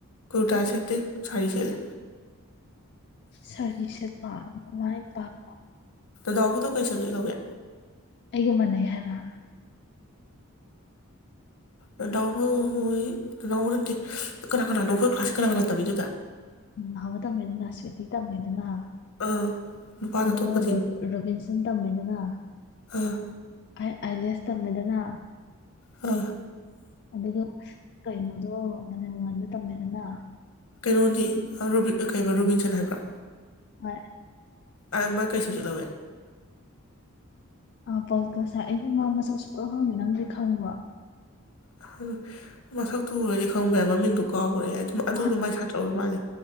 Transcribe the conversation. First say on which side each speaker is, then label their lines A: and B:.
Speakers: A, on the left; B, on the left.
A: ꯀꯨꯔꯇꯥ ꯁꯦꯇꯦ ꯁꯥꯔꯤ ꯁꯦꯠꯂꯦ
B: ꯁꯥꯔꯤ ꯁꯦꯠꯄ ꯃꯃꯥꯏ ꯄꯥꯛꯄ
A: ꯗꯥꯎꯕꯗꯣ ꯀꯩ ꯁꯕꯖꯦꯛ ꯂꯧꯋꯦ
B: ꯑꯩꯒ ꯃꯥꯟꯅꯩ ꯍꯥꯏꯕ
A: ꯅꯥꯅꯥꯎꯕꯥ ꯍꯣꯏ ꯅꯥꯅꯥꯎꯕꯥ ꯅꯠꯇꯦ ꯀꯅꯥ ꯀꯅꯥꯅꯣ ꯑꯩꯈꯣꯏ ꯀ꯭ꯂꯥꯁꯀꯤ ꯀꯅꯥ ꯀꯅꯥ ꯇꯝꯃꯤꯅꯣ ꯑꯗꯨꯗ
B: ꯅꯥꯅꯥꯎꯕꯥ ꯇꯝꯃꯦꯗꯨꯅ ꯁ꯭ꯋꯦꯇꯤ ꯇꯝꯃꯦꯗꯨꯅ
A: ꯑꯥ ꯅꯨꯄꯥꯗꯣ
B: ꯑꯗꯨꯒ
A: ꯑꯇꯣꯞꯄꯗꯤ
B: ꯔꯣꯕꯤꯟꯁꯟ ꯇꯝꯃꯦꯗꯅ
A: ꯑꯥ
B: ꯑꯥꯏꯂꯦꯁ ꯇꯝꯃꯦꯗꯅ
A: ꯑ
B: ꯑꯗꯨꯒ ꯀꯩꯅꯣꯗꯣ ꯃꯥꯂꯦꯝꯉꯜꯗꯣ ꯇꯝꯃꯦꯗꯅ
A: ꯀꯩꯅꯣꯗꯤ ꯀꯩꯕ ꯔꯣꯕꯤꯟꯁꯟ ꯍꯥꯏꯕ꯭ꯔꯥ
B: ꯍꯣꯏ
A: ꯑ ꯃꯥ ꯀꯩ ꯁꯞꯖꯦꯛ ꯂꯧꯋꯦ
B: ꯑꯥ ꯄꯣꯜꯇꯤꯀꯦꯜ ꯑꯩꯗꯤ ꯃꯥ ꯃꯁꯛ ꯁꯨꯛꯈꯪ ꯅꯪꯗꯤ ꯈꯪꯕ꯭ꯔꯣ
A: ꯈꯪꯅꯤ ꯃꯁꯛꯇꯣ ꯑꯨꯔꯗꯤ ꯈꯪꯕ ꯌꯥꯏ ꯃꯃꯤꯡꯗꯨ ꯀꯥꯎ <unintelligible> ꯑꯗꯨꯗꯣ
B: ꯃꯥ
A: ꯃꯥꯏ ꯁꯥꯇ꯭ꯔꯥ ꯑꯣꯏꯕ ꯃꯥꯜꯂꯦ